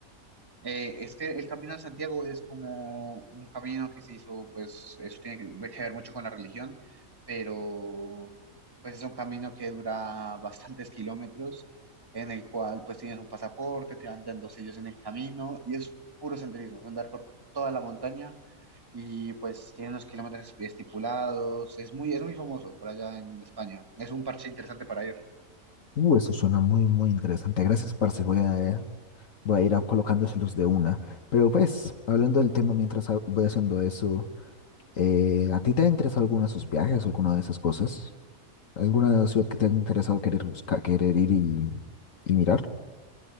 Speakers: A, on the right; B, on the left.
A: Eh, es que el Camino de Santiago es como un camino que se hizo, pues eso tiene que que ver mucho con la religión, pero pues es un camino que dura bastantes kilómetros, en el cual pues tienes un pasaporte, te van dando sellos en el camino y es puro senderismo, es andar por toda la montaña y pues tiene unos kilómetros estipulados, es muy, es muy famoso por allá en España, es un parche interesante para ir.
B: Uh, eso suena muy, muy interesante. Gracias, parce. Voy a, eh, voy a ir a colocándoselos de una. Pero pues, hablando del tema mientras ha- voy haciendo eso, eh, ¿a ti te ha interesado alguno de esos viajes, alguna de esas cosas? ¿Alguna ciudad que te ha interesado querer buscar, querer ir y, y mirar?